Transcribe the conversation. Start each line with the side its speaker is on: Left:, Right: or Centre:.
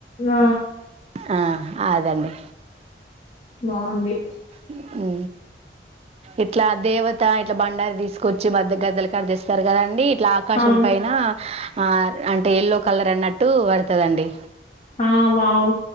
Left: ఆ
Right: ఆ అదండి
Left: బాగుంది
Right: అవు ఇట్లా దేవత ఇట్లా బండారి తీసుకొచ్చి మద్ద గద్దెల కాడలు తెస్తారు కదండీ ఇట్లా ఆకాశం
Left: అవును.
Right: పైన ఆ అంటే ఎయల్లో కలర్ అన్నట్టు పడుతదండి
Left: ఆ వావ్!